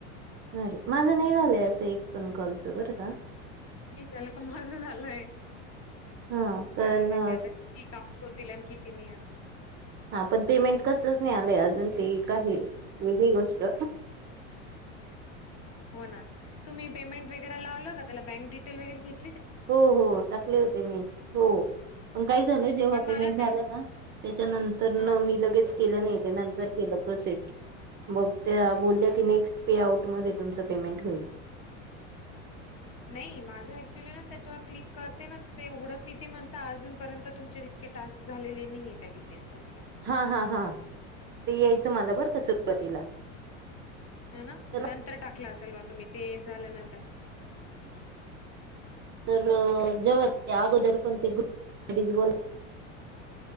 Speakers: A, on the right; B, on the left.
A: अरे माझं नाही झालंय असं एक पण कॉलचं बरं का.
B: ते झाले का माझं झालंय
A: हा कारण
B: काय? माहिती आता. <unintelligible> तिने असं
A: हा पण पेमेंट कसलंच नाही आलंय अजून ते काय वेगळी गोष्ट.
B: हो ना तुम्ही पेमेंट वगैरे लावलं का? त्याला बँक डिटेल वगैरे घेत-
A: हो हो टाकले होते. मी हो पण काय? झालं जेव्हा
B: पण मला
A: पेमेंट
B: त्याला
A: झालं ना त्याच्यानंतर न
B: हां.
A: मी लगेच- केलं नाही ते नंतर केलं प्रोसेस मग त्या बोलल्या
B: अच्छा.
A: की नेक्स- पेआउट मध्ये तुमचं पेमेंट होईल.
B: नाही माझं ऍक्च्युअली ना त्याच्यावर क्लिक करते ना ते उघडत नाही ते म्हणता अजूनपर्यंत तुमच्यात- टास्क झालेले नाही आहे त्या डिटेल्साठी.
A: हा हा हा ते यायचं मला बरं का सुरुवातीला.
B: ह ना
A: तर
B: नंतर टाकला असेल मग तुम्ही ते झाल्यानंतर.
A: तर
B: अच्छा.
A: जेव्हा ते अगोदर कोणते ग <unintelligible>